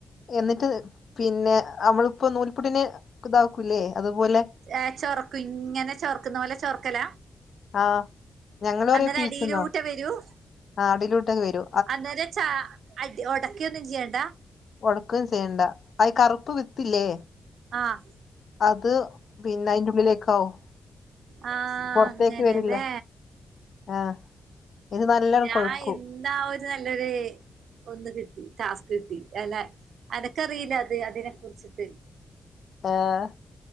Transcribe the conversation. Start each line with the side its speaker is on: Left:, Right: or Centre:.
Left: എന്നിട്ട് പിന്നെ അവൾപ്പോ നൂൽപുട്ടിന് ഇതാക്കൂല്ലേ അതുപോലെ
Right: ഏഹ് ചൊറക്കും ഇങ്ങനെ ചോർക്കുന്ന പോലെ ചോർക്കല
Left: ആ ഞങ്ങൾ പറയാ
Right: അന്നേരം
Left: പീച്ചുന്നാ
Right: അടിയിലൂട്ടവരും
Left: ആ അടിലോട്ടൊങ്ങ് വരൂ
Right: അന്നേരം ച അടി ഒടക്യന്നും ചെയ്യണ്ട
Left: ഒടക്കൊകയും ചെയ്യണ്ട അയ്കറുപ്പ് വിത്തില്ലേ
Right: ആഹ്
Left: അത് പിന്നെ അയിന്റെ ഉള്ളിലേക്കാവും
Right: ആഹ
Left: പുറത്തേക്ക്
Right: അങ്ങനെല്ലേ
Left: വരില്ല ആ ഇത് നല്ലോണം
Right: ഞാ
Left: കൊഴുക്കും
Right: ഇന്ന വ ഒരു നല്ലൊരു ഒന്ന് കിട്ടി ടാസ്ക് കിട്ടി അല്ലെ അനക്കറിയില്ല അത് അതിനെ കുറിച്ചിട്ട്
Left: ഏഹ്